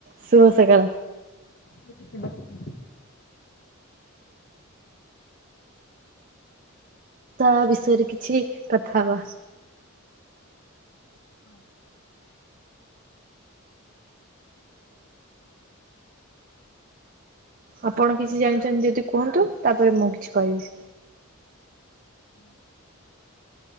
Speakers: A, on the right; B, on the left.
A: ଶୁଭ ସକାଳ।
B: ଆଉତଥିଲା <unintelligible>
A: ତା ବିଷୟରେ କିଛି କଥା ହବା।
B: ହଁ।
A: ଆପଣ କିଛି ଜାଣିଛନ୍ତି ଯଦି କୁହନ୍ତୁ ତାପରେ ମୁଁ କିଛି କହିବି।
B: ହଁ।